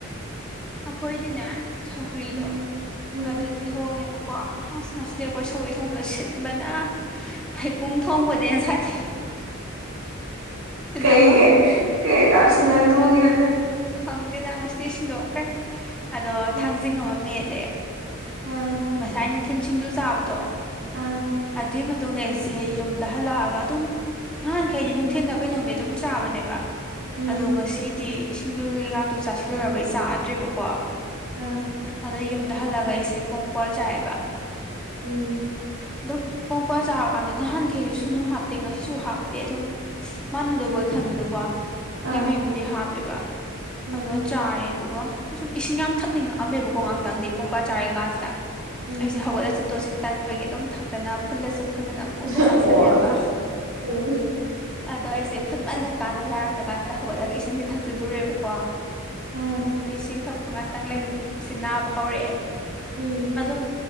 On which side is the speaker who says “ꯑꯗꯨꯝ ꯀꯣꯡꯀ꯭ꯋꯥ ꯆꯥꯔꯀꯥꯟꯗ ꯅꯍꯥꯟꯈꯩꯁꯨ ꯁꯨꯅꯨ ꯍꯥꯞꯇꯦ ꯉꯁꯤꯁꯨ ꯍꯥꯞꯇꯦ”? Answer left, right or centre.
Centre